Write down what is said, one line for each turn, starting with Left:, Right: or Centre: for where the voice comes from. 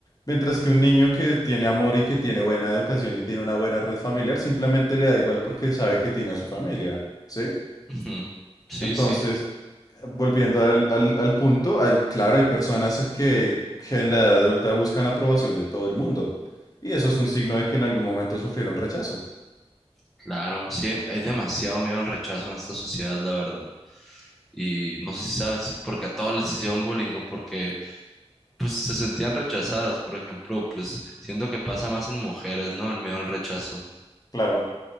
Left: Mientras que un niño que tiene amor y que tiene buena educación y tiene una buena red familiar, simplemente le da igual porque sabe que tiene a su familia, ¿sí?
Centre: Ujú. Sí,
Left: Entonces,
Centre: sí,
Left: volviendo al, al- al punto, hay, claro, hay personas que, que en la edad adulta buscan aprobación de todo el mundo. Y eso es un signo de que en algún momento sufrieron rechazo.
Centre: claro. Sí, hay demasiado miedo al rechazo en esta sociedad, la verdad. Y no sé si sabes, si porque a todos les hicieron bullying o porque pues se sentían rechazadas, por ejemplo, pues siento que pasa más en mujeres, ¿no? El miedo al rechazo.
Left: Claro.